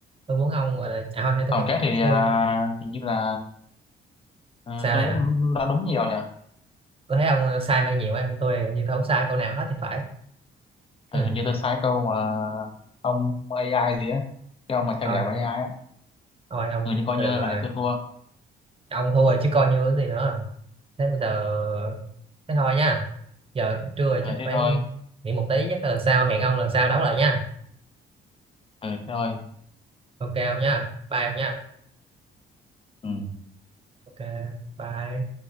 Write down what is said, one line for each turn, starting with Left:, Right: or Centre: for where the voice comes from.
Right: tôi muốn ông gọi là à thôi để tôi,
Left: tổng
Right: tôi,
Left: kết thì
Right: tôi
Left: à, hình như là ờ,
Right: sao
Left: tôi
Right: nè
Left: cũng đã đúng nhiều nhỉ
Right: tôi thấy ông ờ, sai hơi nhiều ấy còn tôi như tôi không sai câu nào hết thì phải
Left: ừ,
Right: ừ.
Left: hình như tôi sai câu mà ông AI gì á cái ông mà cha
Right: thôi
Left: đẻ của AI á
Right: thôi ông
Left: ừ, thì coi
Right: thôi
Left: như
Right: được rồi
Left: là này tôi thua
Right: ông thua rồi chứ coi như cái gì nữa thế bây giờ thế thôi nha giờ cũng trưa rồi
Left: ừ
Right: chắc
Left: thế
Right: phải
Left: thôi
Right: nghỉ một tí chắc là lần sau hẹn ông lần sau đấu lại nha
Left: ừ thế thôi
Right: ok không nha bye ông nha
Left: ừ
Right: ok bye